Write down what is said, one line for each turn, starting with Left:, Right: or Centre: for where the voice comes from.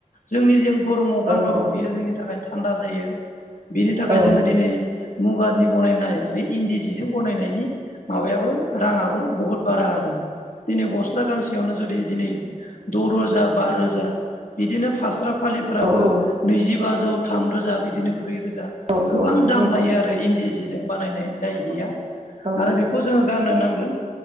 Left: जोंनि जों गरमाव गानबाबो
Right: औ
Left: बियो जोंनि थाखाय थान्दा जायो बिनि थाखाय
Right: औ
Left: जोङो दिनै मुगानि बनायनाय बे इन्दि जिजों बनायनायनि माबायाबो राङाबो बहुद बारा आरो दिनै गस्ला गांसेयावनो जुदि दिनै द रोजा बा रोजा बिदिनो फास्रा फालिफोराबो
Right: औ औ
Left: नैजिबाजौ थाम रोजा बिदिनो ब्रै रोजा
Right: नंगौ
Left: गोबां दाम
Right: नोंथां
Left: लायो आरो दा इन्दि जे जों बानायनाय जाय गैया
Right: औ
Left: आरो बेखौ जोङो गाननो नांगोन